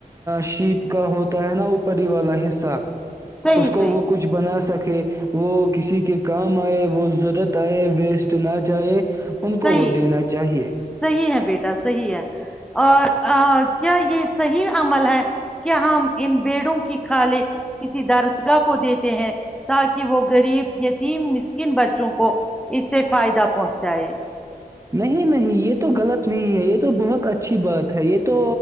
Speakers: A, on the right; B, in the centre.
A: شیپ کا ہوتا ہے نا اوپری ہی والا حصہ
B: صحیح
A: اس کو
B: صحیح
A: وہ کچھ بنا سک کہ وہ کسی کے کام آئے وہ ضرورت آئے ویسٹ نہ جائے ان کو
B: صحیح
A: وہ دینا چاہیے
B: صحیح ہے بیٹا صحیح ہے اور کیا یہ صحیح عمل ہے کیا ہم ان بیڑوں کی کالے کسی دارشگاہ کو دیتے ہیں تاکہ وہ غریب یتیم مسکن بچوں کو اس سے فائدہ پہنچائے
A: نہیں نہیں یہ تو غلط نہیں ہے یہ تو بہت اچھی بات ہے یہ تو